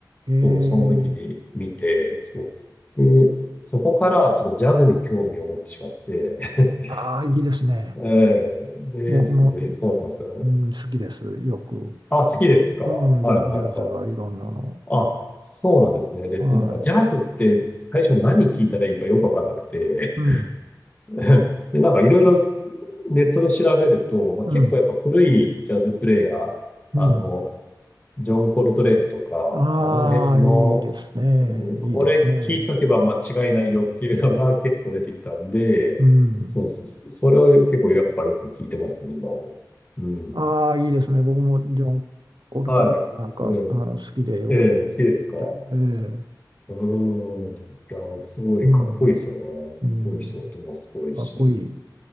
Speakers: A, on the right; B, on the left.
A: へえ、
B: そう、その時に見て、そう。で、そこからちょっとジャズに興味を持ってしまって、
A: ああ、いいですね。
B: <laughs> ええで、
A: 僕も、
B: そう、そうなんですよね。
A: うん、好きです。よく聞き。
B: あ、好きですかはいはいはい。
A: うん、ジャ、ジャズはいろんなの。
B: あ、そうなんですね。で、
A: はい。
B: で、なんかジャズって最初何聞いたらいいかよくわかんなくて、
A: うん、
B: <laughs> で、なんかいろいろネットで調べると、まあ、
A: うん、
B: 結構やっぱ古いジャズプレイヤー、
A: うん。
B: あの、ジョン・コルトレーンとか、あの辺の、
A: ああ、いいですね。
B: うんこれ聞いとけば間違いないよっていうのが結構出てきたんで、
A: いいですね。うん。
B: そう、そそれを結構やっぱよく聞いてますね、今も。うん。
A: ああ、いいですね。僕もジョン・コルトレーンなんか、
B: はい。これ、
A: あの、好きでよく聞いたり。
B: ええ好きですか。う
A: ええ、
B: ーん。いや、すごいかっこいいですよね。
A: うん、
B: かっこいいし、
A: うん、
B: 音もすごいし。
A: かっこいい。